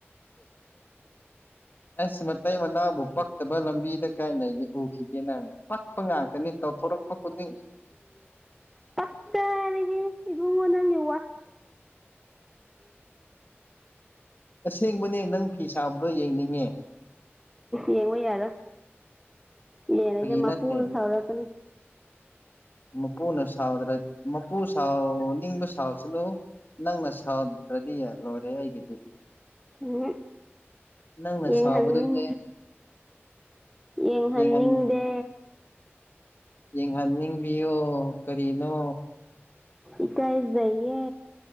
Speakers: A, on the left (about 50°); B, in the centre.
A: ꯑꯁ ꯃꯇꯩ ꯃꯅꯥꯎꯕꯨ ꯄꯛꯇꯕ ꯂꯝꯕꯤꯗ ꯀꯥꯏ ꯂꯩꯒꯦ ꯎꯈꯤꯒꯦ ꯅꯪ ꯄꯛꯄ ꯉꯥꯛꯇꯅꯤ ꯇꯧꯊꯣꯔꯛꯄ ꯈꯨꯗꯤꯡ
B: ꯄꯛꯆꯔꯤꯍꯦ ꯏꯕꯨꯡꯉꯣ ꯅꯪ ꯌꯣꯡ
A: ꯑꯁꯦꯡꯕꯅꯦ ꯅꯪ ꯐꯤ ꯁꯥꯕꯗꯣ ꯌꯡꯅꯤꯡꯉꯦ
B: ꯌꯦꯡꯕ ꯌꯥꯔꯣꯏ ꯌꯦꯡꯔꯗꯤ
A: ꯐꯥꯒꯤ
B: ꯃꯄꯨꯅ
A: ꯅꯠꯇꯦ
B: ꯁꯥꯎꯔꯛꯀꯅꯤ
A: ꯃꯄꯨꯅ ꯁꯥꯎꯗ꯭ꯔꯦ ꯃꯄꯨ ꯁꯥꯎ ꯅꯤꯡꯕ ꯁꯥꯎꯁꯅꯨ ꯅꯪꯅ ꯁꯥꯎꯗ꯭ꯔꯗꯤ ꯌꯥ ꯂꯣꯏꯔꯦ ꯑꯩꯒꯤꯗꯤ
B: ꯎꯝ
A: ꯅꯪꯅ
B: ꯌꯦꯡꯍꯟ
A: ꯁꯥꯎꯕꯗꯨꯅꯦ
B: ꯅꯤꯡ ꯌꯦꯡꯍꯟꯅꯤꯡꯗꯦ
A: ꯌꯦꯡꯍꯟ ꯌꯦꯡꯍꯟꯅꯤꯡꯕꯤꯌꯣ ꯀꯔꯤꯅꯣ
B: ꯏꯀꯥꯏꯖꯩꯌꯦ